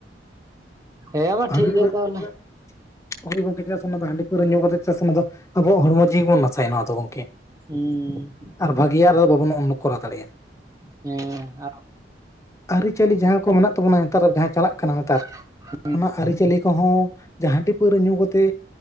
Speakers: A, on the right; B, on the left.
A: ᱦᱮᱸ ᱢᱟ
B: ᱦᱟᱺᱰᱤ
A: ᱴᱷᱤᱠ ᱜᱮᱭᱟ
B: ᱯᱟᱹᱣᱨᱟᱹ
A: ᱛᱟᱦᱚᱞᱮ᱾
B: ᱦᱳᱭ ᱜᱚᱝᱠᱮ, ᱪᱮᱫᱟᱜ ᱥᱮ ᱚᱱᱟ ᱫᱚ ᱦᱟᱹᱰᱤ ᱯᱟᱹᱣᱨᱟᱹ ᱧᱩ ᱠᱟᱛᱮᱫ ᱪᱮᱫᱟᱜ ᱥᱮ ᱚᱱᱟ ᱟᱵᱚᱣᱟᱜ ᱦᱚᱲᱢᱚ ᱡᱤᱣᱤ ᱵᱚᱱ ᱱᱟᱥᱟᱭᱟ ᱱᱚᱣᱟ ᱫᱚ ᱜᱚᱝᱠᱮ᱾
A: ᱦᱩᱸ᱾
B: ᱟᱨ ᱵᱷᱟᱹᱜᱤᱭᱟ ᱨᱮ ᱫᱚ ᱵᱟᱵᱚᱱ <unintelligible> ᱠᱚᱨᱟᱣ ᱫᱟᱲᱮᱭᱟᱜ-ᱟ᱾
A: ᱦᱮᱸ, ᱟᱨ ᱚ
B: ᱟᱹᱨᱤᱪᱟᱹᱞᱤ ᱡᱟᱦᱟᱸ ᱠᱚ ᱢᱮᱱᱟᱜ ᱛᱟᱵᱚᱱᱟ, ᱱᱮᱛᱟᱨ ᱡᱟᱦᱟᱸ ᱪᱟᱞᱟᱜ ᱠᱟᱱᱟ ᱱᱮᱛᱟᱨ
A: <unintelligible>
B: ᱚᱱᱟ ᱟᱨᱤᱪᱟᱞᱤ ᱠᱚᱦᱚᱸ ᱡᱟ ᱦᱟᱸᱰᱤ ᱯᱟᱹᱣᱨᱟᱹ ᱧᱩ ᱠᱟᱛᱮ